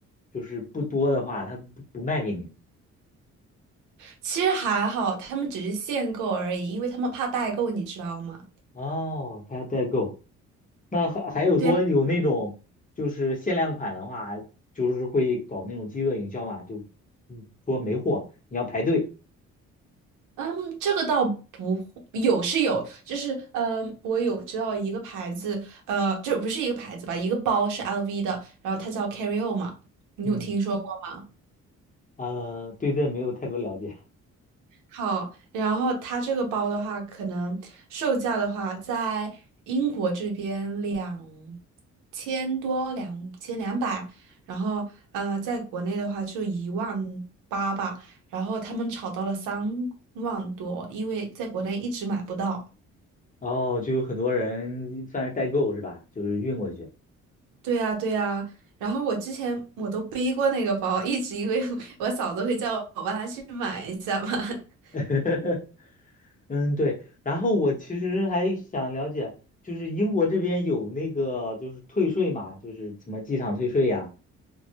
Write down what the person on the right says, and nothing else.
其实还好，他们只是限购而已，因为他们怕代购，你知道吗？
对啊
嗯，这个倒不会有是有，就是呃，我有知道一个牌子，呃，这不是一个牌子吧，一个包是 LV 的，然后它叫 Carry On 嘛，你有听说过吗？
好，然后它这个包的话，可能售价的话，在英国这边两千多，两千两百，然后呃，在国内的话就一万八吧，然后他们炒到了三万多，因为在国内一直买不到。
对呀，对呀。然后我之前我都背过那个包，一直因为 <laughs> 我嫂子会叫我帮她去买一下嘛。<laughs>